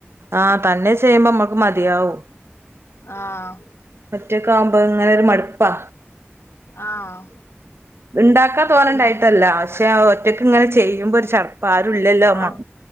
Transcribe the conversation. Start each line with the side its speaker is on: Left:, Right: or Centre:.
Right: ആഹ് തന്നെ ചെയ്യുമ്പോ അമ്മക്ക് മതിയാവും
Left: ആഹ്
Right: ഒറ്റക്ക് ആവുമ്പോ ഇങ്ങനെ ഒരു മടുപ്പാ
Left: ആഹ്
Right: ഇണ്ടാക്കാൻ തോനണ്ടായിട്ടല്ല
Left: പിന്നെ
Right: ത് <unintelligible> ഒറ്റക്ക് ഇങ്ങനെ ചെയ്യുമ്പോ ഒരു ചപ്പാ ആരും ഇല്ലല്ലോ അമ്മ
Left: ആഹ്